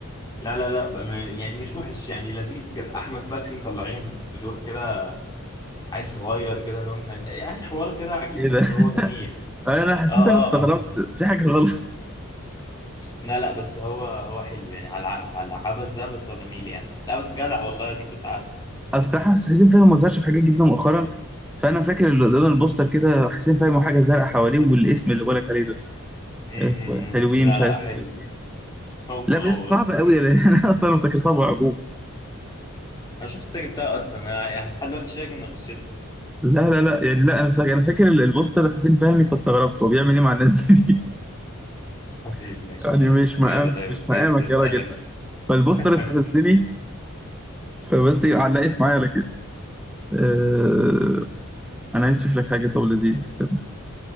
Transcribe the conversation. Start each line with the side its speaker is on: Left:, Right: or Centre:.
Left: لا لا لا بقى- يعني مش وحش يعني لذيذ كده أحمد فتحي مطلعين بدور كده عيل صغير كده نون يعني حوار كده عجيب
Centre: ايه
Left: بس
Centre: ده <laughs>
Left: هو جميل
Centre: انا أنا حسيت
Left: اه اه
Centre: انا استغربت
Left: اه
Centre: في حاجه غلط
Left: لا لا بس هو هو حلو يعني على على العبث ده بس هو جميل يعني لا بس جدع والله دي كنت عارف
Centre: <laughs> اصل ده حسين فاهم ما ظهرش في حاجات جدا مؤخرا فانا فاكر اللي لون البوستر كده حسين فاهم حاجه زرقاء حواليه والاسم اللي بقولك عليه ده
Left: امم
Centre: إيه، حلوين
Left: لا
Centre: مش
Left: لا
Centre: عارف
Left: حلو
Centre: ايه كويسين
Left: هو
Centre: لا
Left: هو
Centre: بس صعب
Left: اسمه
Centre: قوي
Left: كويس
Centre: يعني <laughs>
Left: يعني
Centre: انا اصلا افتكرتها بعجوبه
Left: انا شفت الساجة بتاعه اصلا انا يعني لحد دلوقتي شايف اني غشيت
Centre: لا لا لا يعني لا انا فاكر انا فاكر ال- البوستر حسين فهمي فاستغربت هو بيعمل ايه مع الناس دي
Left: حبيبي
Centre: <laughs>
Left: ماشي
Centre: يعني
Left: خلاص
Centre: مش مقام
Left: يلا طيب
Centre: مش
Left: إيه-
Centre: مقامك
Left: اسال
Centre: يا راجل
Left: انت
Centre: ف- فالبوستر
Left: <laughs>
Centre: استفزني فبس علقت معايا على كده أه... انا عايز اشوف لك حاجه طب لذيذه استنى